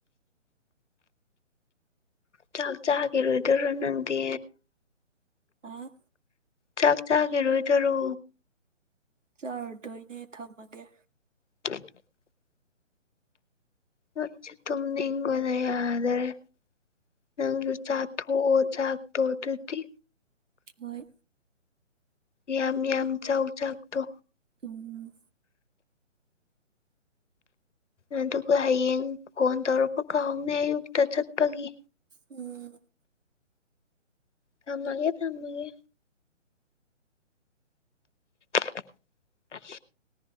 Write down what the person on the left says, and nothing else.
ꯆꯥꯛ ꯆꯥꯈꯤꯔꯣꯏꯗꯣꯏꯔꯣ ꯅꯪꯗꯤ
ꯆꯥꯛ ꯆꯥꯈꯤꯔꯣꯏꯗꯔꯣ
<inaudible> ꯅꯣꯏꯁꯨ ꯇꯨꯝ ꯅꯤꯡꯒꯣꯟꯅꯗꯔꯦ ꯅꯪꯁꯨ ꯆꯥꯊꯣꯛꯑꯣ ꯆꯥꯛꯇꯣ ꯑꯗꯨꯗꯤ
ꯌꯥꯝ ꯌꯥꯝ ꯆꯥꯎꯧ ꯆꯥꯛꯇꯣ
ꯑꯗꯨꯒ ꯍꯌꯦꯡ ꯐꯣꯟ ꯇꯧꯔꯛꯄ ꯀꯥꯎꯍꯧꯅꯦ ꯑꯌꯨꯛꯇ ꯆꯠꯄꯒꯤ
ꯀꯃꯒꯦ ꯊ ꯃꯒꯦ <inaudible>